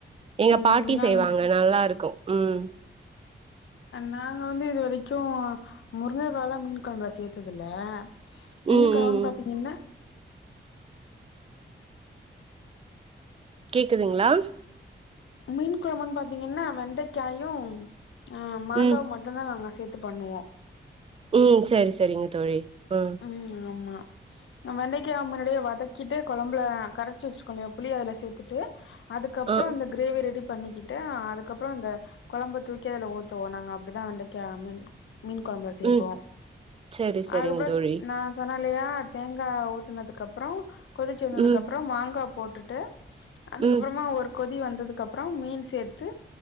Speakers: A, on the right; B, on the left.
A: எங்க
B: ம்
A: பாட்டி
B: நாங்க
A: செய்வாங்க நல்லாருக்கு ம்
B: நாங்க வந்து இது வரைக்கு முருங்ககாலா மீன் கொழம்புல சேத்ததில்ல மீன்
A: ம்
B: கொழம்பு
A: ம் ம்
B: பாத்தீங்கன்னா
A: கேக்குதுங்ளா
B: மீன் கொழம்புன் பாத்தீங்கன்னா வெண்டைக்காயு ஆ மாங்காவு
A: ம்
B: மட் டுந்தா நாங்க சேத்து பண்ணுவோ
A: ம் செரி செரிங்க தோழி ம்
B: ம் ஆமா வெண்டைக்காவ முன்னாடியே வதக்கிட்டு கொழம்புல கரச்சு வச்சுக்கனு புளிய அதுல சேத்துட்டு அதுக்கப்பறோ
A: ஆ
B: இந்த கிரேவி ரெடி பண்ணிக்கிட்டு அதுக்கப்பறோ இந்த கொழம்ப தூக்கி அதுல ஊத்துவோ நாங்க அப்டிதா வெண்டைக்கா மீன் மீன் கொழம்புல சேப்போ
A: ம் சரி சரிங்க
B: அதுக்கப்பறோ
A: தோழி
B: நா சொன்ன இல்லயா தேங்கா ஊத்துனதுக்கு அப்பறோ கொதுச்சு வந்ததுக்கு
A: ம்
B: அப்பறோ மாங்கா போட்டுட்டு அதுக்கப்பறமா
A: ம்
B: ஒரு கொதி வந்ததுக்கு அப்பறம் மீன் சேத்து